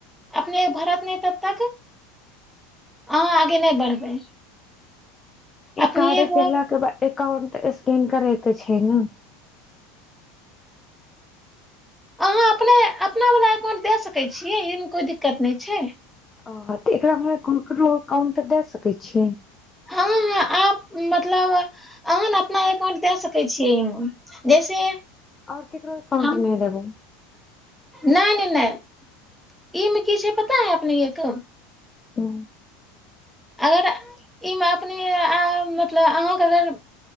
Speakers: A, in the centre; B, on the left.
A: अपने भरत नहि तब तक अहाँ आगे नहि बढ़बै
B: ई
A: अपने
B: कारे
A: के
B: गरलााके बाद अाउंट स्कैन करैके छै ने
A: अहाँ अपने अपना वला एकाउंट दए सकैत छियै एहिमे कोइ दिक्कत नहि छै
B: ओ तऽ एकरामे हम कको अकाउंट दए सकैत छियै
A: हँ ह आ मतलब अहन अपना एकाउंट द सकै छियैमे जैसे
B: आओर ककरो एकाउंट
A: हम
B: नहि देबै
A: नहि नहि नहि ई मे की छै पता है अपने एक
B: तऽ
A: अगर ईमे अपने मतलब अहके अगर